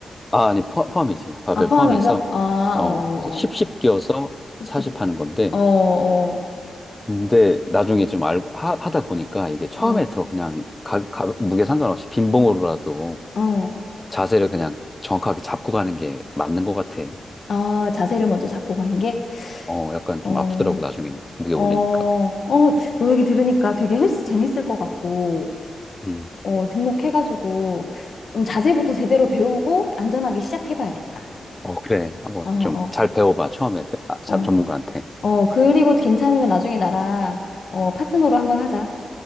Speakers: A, on the left (about 20°); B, on the left (about 65°).
A: 아, 아니, 포, 함이지 바벨
B: 아, 포함해서?
A: 포함해서.
B: 아, 어,
A: 어,
B: 어,
A: 그래서 10,
B: 어.
A: 10 끼워서
B: 60,
A: 40 하는 건데,
B: 어, 어,
A: 근데 나중에 좀 알, 하, 하다 보니까 이게 처음에
B: 어,
A: 더 그냥 가, 가, 무게 상관없이 빈봉으로라도
B: 어.
A: 자세를 그냥 정확하게 잡고 가는 게 맞는 것 같아.
B: 아, 자세를 먼저 잡고 가는 게?
A: 어, 약간
B: 어,
A: 좀 아프더라고, 나중에 무게 올리니까.
B: 어, 어, 너 얘기 들으니까 되게 헬스 재밌을 것 같고.
A: 음.
B: 어, 등록해가지고 좀 자세부터 제대로 배우고 안전하게 시작해봐야겠다.
A: 어, 그래. 한번
B: 어,
A: 좀
B: 어,
A: 잘 배워봐, 처음에. 배- 아, 자-
B: 어.
A: 전문가한테.
B: 어, 그리고 괜찮으면 나중에 나랑 어, 파트너로 한번 하자.